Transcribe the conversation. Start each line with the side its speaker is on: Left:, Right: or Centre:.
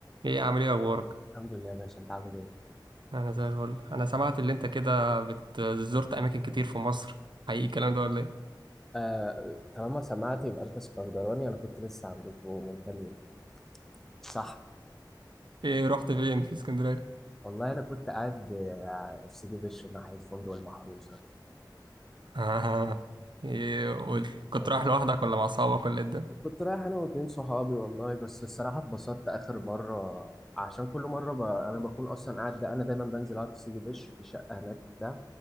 Right: ايه عامل ايه اخبارك
Centre: الحمد لله يا باشا انت عامل ايه؟
Right: انا زي الفل انا سمعت اللي انت كده بت- زرت اماكن كتير في مصر حقيقي الكلام ده ولا ايه
Centre: آه طالما سمعت يبقى انت اسكندراني انا كنت لسه عندكم من كام يوم صح
Right: ايه رحت فين في اسكندريه
Centre: والله انا كنت قاعد آه، في سيدي بشر ناحيه فندق المحروسه كده.
Right: <laughs> اها ايه قول كنت
Centre: يعني
Right: رايح لوحدك ولا مع اصحابك ولا ايه الدنيا
Centre: كنت رايح انا واتنين صحابي والله بس الصراحه اتبسطت اخر مره عشان كل مره ب... انا بكون اصلا قاعد انا دايما بنزل اقعد في سيدي بشر في شقه هناك وبتاع